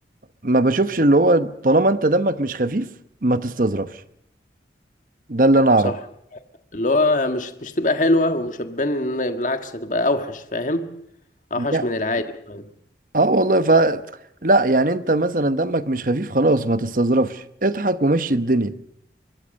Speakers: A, on the right (about 50°); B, on the left (about 45°).
A: ما بشوفش اللي هو طالما انت دمك مش خفيف ما تستظرفش ده اللي انا اعرفه
B: صح اللي هو مش مش تبقى حلوه ومش هتبان ان بالعكس هتبقى اوحش فاهم اوحش
A: يع-
B: من العادي كمان
A: اه والله ف لا يعني انت مثلا دمك مش خفيف خلاص ما تستظرفش اضحك ومشي الدنيا